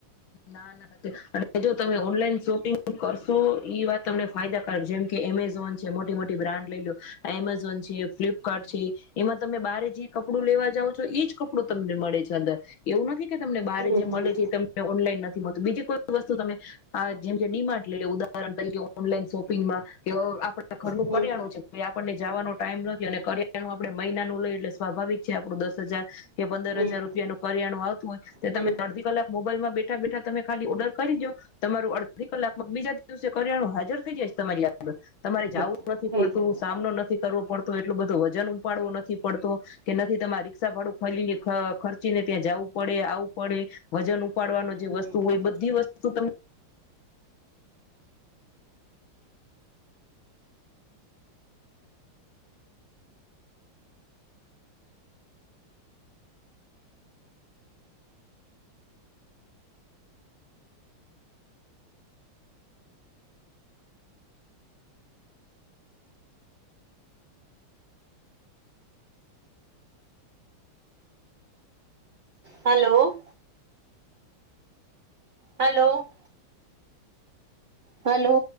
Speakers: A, on the left (about 70°); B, on the right (about 30°).
A: ના ના <unintelligible> અને જો તમે ઓનલાઈ શોપિંગ શું કરશું ઈ વાત તમને ફાયદાકારક. જેમ કે એમેઝોન છે, મોટી મોટી બ્રાન્ડ લઈ લો. એમેઝોન છે, ફ્લિપકાર્ટ છે, એમાં તમે બારે જે કપડું લેવા જાવ છો ઈજ કપડું તમને મળે છે અંદર એવું નથી કે તમને બારે
B: હમ
A: જે મલે છે તમને ઓનલાઈન નથી મળ તો બીજી કોઈ વસ્તુ તમે આ જેમ કે ડીમાર્ટ લઈ લો ઉદાહરણ તરીકે ઓનલાઈન શોપિંગમાં કે અઉ આપડા ત ઘરનું
B: હમ
A: કરિયાણું છે આપણને જાવાનું ટાઈમ નથી અને કરિ યાણું આપડે મહિનાનું લઈ લેશ સ્વાભાવિક છે આપડુ દસ હજાર કે પંદર
B: હમ
A: હજાર રૂપિયાનું કરિયાણું આવતું હોય તે
B: હમ હમ
A: તમે અડધી કલાક મોબાઈલમાં બેઠા બેઠા તમે ખાલી ઓર્ડર કરી દો તમારું અડધી કલાક બીજા દિવસે કર્યાનું હાજર થઈ જાય તમારી લ તમારે
B: હા
A: જાઉં નથી
B: થઈ
A: પડતું
B: જાય છે.
A: સામનો નથી કરવો પડત એટલું બધું વજન ઉપાડવું નથી પડતો કે નથી તમારે રિક્ષા ભાડું ખાલી ખર્ચીને ત્યાં જવું પડ ડે આવું પડે વજન ઉપાડવાનું જે
B: હમ
A: વસ્તુ હોય બધી વસ્તુ તમને
B: હલો હલો હલો